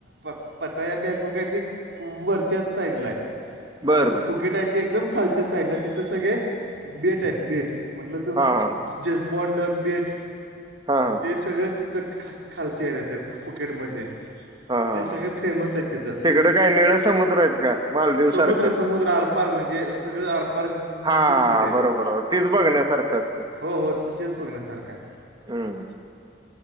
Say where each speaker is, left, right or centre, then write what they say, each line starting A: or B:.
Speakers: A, on the right (about 70°); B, on the right (about 25°).
A: प पर आता या बँकॉक आहे ते वरच्याच साईडला आहे
B: बर
A: आणि
B: बर
A: फुकेत आहे ते एकदम खालच्या साईडला तिथे सगळे बेट आहेत बेट. म्हटलं त्यो.
B: हां हां
A: जेजबॉड बेट
B: हां हां
A: ते सगळ तिथं ख खालच्या एरियात आहे फुकेटमध्ये.
B: हां हां
A: ते सगळे
B: हां
A: फेमस आहेत तिथं.
B: तिकडं काय निळं समुद्र आहेत का मालदीव
A: समुद्र
B: सारखं
A: समुद्र अर् आरपार म्हणजे सगळे आरपार दि
B: हां
A: दिसत ते.
B: बरोबर बरोबर. तेच बघण्यासारखं असतं
A: हो हो तेच बघण्यासारखं आहे.
B: हम्म.